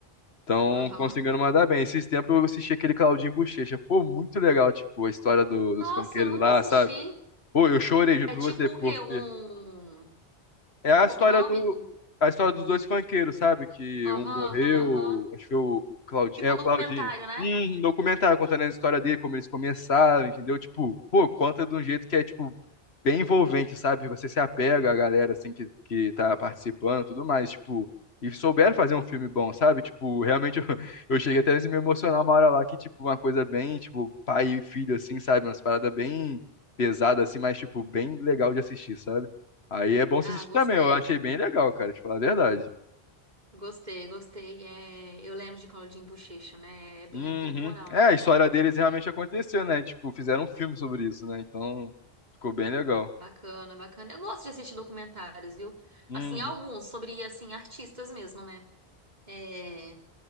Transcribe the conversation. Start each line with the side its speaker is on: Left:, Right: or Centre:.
Left: estão
Right: Aham.
Left: conseguindo mandar bem. Esses tempos eu assisti aquele Claudinho Bochecha. Pô, muito legal, tipo, a história do- dos
Right: Nossa,
Left: funkeiros
Right: eu nunca
Left: lá,
Right: assisti.
Left: sabe? Pô, eu chorei, juro
Right: É
Left: pra
Right: tipo
Left: você,
Right: o
Left: porque
Right: quê? Um.
Left: é a
Right: Qual
Left: história
Right: que é o nome?
Left: do
Right: do-
Left: a história dos dois funkeiros, sabe? Que
Right: Aham,
Left: um morreu,
Right: aham, aham.
Left: acho que foi o Claudinho,
Right: Tipo
Left: é
Right: um
Left: o
Right: documentário,
Left: Claudinho.
Right: né?
Left: Um documentário contando a história dele, como eles começaram, entendeu? Tipo, pô, conta de um jeito que é tipo bem envolvente, sabe? Você se apega à galera, assim, que, que tá participando, e tudo mais, tipo... E souberam fazer um filme bom, sabe? Tipo, realmente eu, <laughs> eu cheguei até a me emocionar uma hora lá que, tipo, uma coisa bem, tipo, pai e filho, assim, sabe? Umas paradas bem pesadas, assim, mas, tipo, bem legal de assistir, sabe? Aí é bom
Right: Ah,
Left: você assistir
Right: gostei.
Left: também, eu achei bem legal, cara, te falar a verdade.
Right: Gostei, gostei. É... Eu lembro de Claudinho Bochecha, né? É bem
Left: Uhum.
Right: atemporal,
Left: É,
Right: né?
Left: a história deles realmente aconteceu, né? Tipo, fizeram um filme sobre isso, né? Então, ficou bem legal.
Right: Bacana, bacana. Eu gosto de assistir documentários, viu?
Left: Uhum.
Right: Assim, alguns sobre, assim, artistas mesmo, né? É...